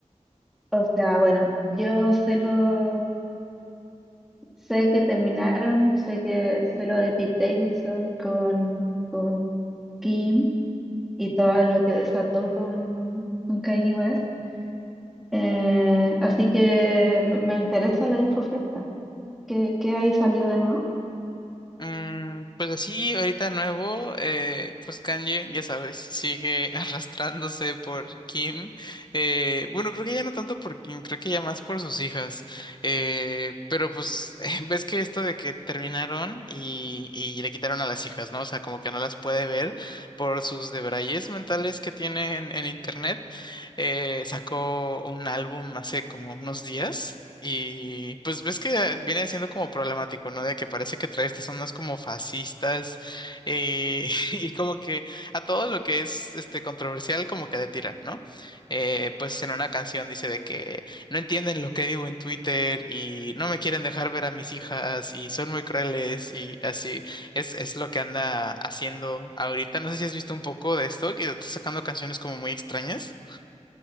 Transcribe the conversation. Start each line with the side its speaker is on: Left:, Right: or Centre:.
Centre: O sea, bueno, yo sé lo, sé que terminaron, sé que sé lo de Pete Davidson con, con Kim y todo lo que desató con, con Kanye West. Eh, así que me, me interesa la info fresca. ¿Qué, qué hay salido de nuevo?
Left: Mm, pues así, ahorita nuevo, eh, pues Kanye, ya sabes, sigue <laughs> arrastrándose por Kim. Eh, bueno, creo que ya no tanto por Kim, creo que ya más por sus hijas. Eh, pero pues, <laughs> eh, ves que esto de que terminaron y, y le quitaron a las hijas, ¿no? O sea, como que no las puede ver por sus debrayes mentales que tienen en en internet. eh, sacó un álbum hace como unos días y pues ves que viene siendo como problemático, ¿no? De que parece que trae estas ondas como fascistas eh, <laughs> y como que a todo lo que es este controversial como que le tira, ¿no? Eh, pues en una canción dice de que no entienden lo que digo en Twitter y no me quieren dejar ver a mis hijas y son muy crueles y así es, es lo que anda haciendo ahorita. No sé si has visto un poco de esto, que está sacando canciones como muy extrañas.